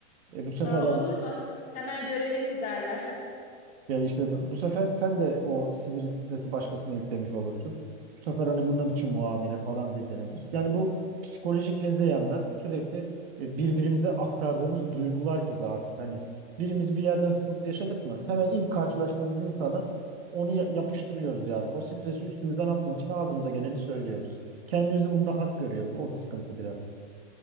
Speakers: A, on the right; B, on the left.
A: E bu sefer
B: Aa,
A: abi
B: olur mu? Hemen göreviniz derler. <laughs>
A: Yani işte bu bu sefer sen de o sinir stresi başkasına yüklemiş olursun. Bu sefer hani bu ne biçim muamele falan diye denebilir. Yani bu psikolojik hezeyanlar sürekli e, birbirimize aktardığımız duygular gibi artık hani birimiz bir yerden sıkıntı yaşadık mı hemen ilk karşılaştığımız insana onu ya- yapıştırıyoruz yani. O stresi üstümüzden atmak için ağzımıza geleni söylüyoruz. Kendimizi bunda hak görüyoruz. O sıkıntı biraz.